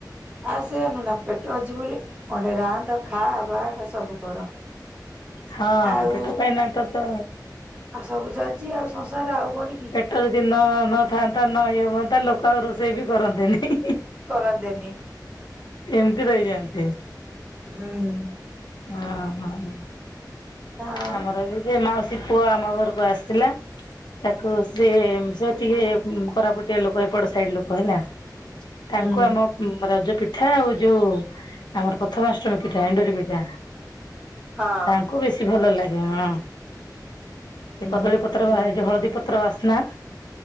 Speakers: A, on the right; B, on the left.
A: ଆ ସେଏନୁ ନା ପେଟ ଅଛି ବୋଲି ଗଣ୍ଡେ ରାନ୍ଧ ଖା ବାଢ଼ ସବୁ କର।
B: ହଁ
A: ଆଉ
B: ପେଟ ପାଇଁ ନାଟ ତ
A: ଆଉ ସବୁ ଚାଲିଛି ଆଉ ସଂସାରରେ ଆଉ କଣ କି?
B: ପେଟ ଯଦି ଦିନ ନ ଥାଆନ୍ତା ନ ଇଏ ହୁଅନ୍ତା ଲୋକ ଆଉ ରୋଷେଇ ବି କରନ୍ତେ ନି ହିଁହିଁ
A: କରନ୍ତେ ନି।
B: ଏମତି ରହିଯାଆନ୍ତେ।
A: ହୁଁ।
B: ହଁ ହୋ
A: ଆଉ
B: ଆମର ବି ସେ ମାଉସି ପୁଅ ଆମ ଘରକୁ ଆସିଥିଲା। ତାକୁ ସେ ସେ ଟିକେ କୋରାପୁଟିଆ ଲୋକ ଏପଟ ସାଇଟ୍ ଲୋକ ହେଲା। ତାଙ୍କୁ
A: ହୁଁ
B: ଆମ ରଜ ପିଠା ଆଉ ଯୋଉ ଆମର ପ୍ରଥମାଷ୍ଟମୀ ପିଠା ଏଣ୍ଡୁରି ପିଠା
A: ହଁ।
B: ୟାକୁ ବେଶୀ ଭଲ ଲାଗେ ହଁ
A: ହୁଁ।
B: ଏ କଦଳୀ ପତ୍ର ବା ହଳଦୀ ପତ ତ୍ର ବାସ୍ନା